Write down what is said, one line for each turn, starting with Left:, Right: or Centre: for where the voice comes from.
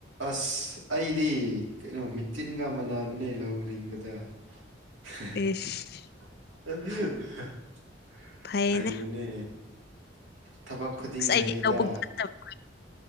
Right: ꯑꯁ ꯑꯩꯗꯤ ꯀꯩꯅꯣ ꯃꯤꯇꯤꯟꯒ ꯃꯥꯟꯅꯕꯅꯦ ꯂꯧ ꯂꯤꯡꯕꯗ <inaudible>
Left: ꯏꯁ ꯐꯩꯅꯦ
Right: ꯍꯩꯕꯅꯦ ꯊꯕꯛ ꯈꯨꯗꯤꯡ
Left: ꯑꯁ ꯑꯩꯗꯤ
Right: ꯍꯩꯌꯦꯗ
Left: ꯂꯧꯕꯨꯛ ꯆꯠꯇꯕ